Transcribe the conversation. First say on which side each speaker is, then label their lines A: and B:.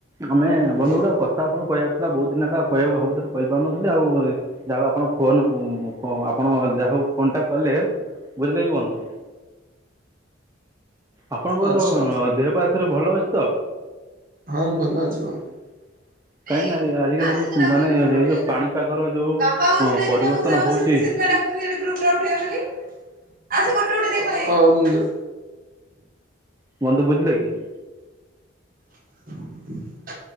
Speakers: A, on the right; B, on the right.
A: ମାନେ
B: କୁହନ୍ତୁ
A: ବନ୍ଧୁ ଗୋଟେ କ କଥା ଆପଣଙ୍କୁ କହିବାର ଥିଲା ବହୁତ ଦିନ ହେଲା କହିବାକୁ ଭାବୁଥିଲି କହିପାରୁନଥିଲି ଆଉ ଯାହା ହଉ ଆପଣ ଫୋନ୍ କ ଆପଣ ଯାହା ହଉ ଫୋନ୍ ଟା କଲେ, ବୁଝିଲେକି ବନ୍ଧୁ। ଆପଣଙ୍କର
B: ଆଚ୍ଛା
A: ଦେହ ପା ଏଥରେ ଭଲ ଅଛି ତ?
B: ହଁ ଭଲ ଅଛି ବନ୍ଧୁ। ଦେଇ
A: କାହିଁକି ନା ଆଜିକାଲି
B: ଆସେ ତତେ ଡାକୁଛନ୍ତି
A: ମାନେ
B: ଫୋଟ
A: ଏଇ
B: ଉଠେଇବାକୁ।
A: ଯେଉଁ ପାଣିପାଗର ଯେଉଁ
B: ବାପା ବୋଉ ଛିଡ଼ା ହେଇଛନ୍ତି
A: ପରିବର୍ତ୍ତନ
B: ପା ମଉସା, ମାଉସି
A: ହେଉଛି
B: ସେଥିପାଇଁ ଡା <unintelligible> ଗ୍ରୁପ୍ ଟା ଉଠେଇବା ବୋଲି। ଆସେ ଗୋଟେ ଉଠେଇଦେଇକି ପଳେଇଆସିବୁ।
A: ବନ୍ଧୁ ବୁଝିଲେକି।
B: <inaudible>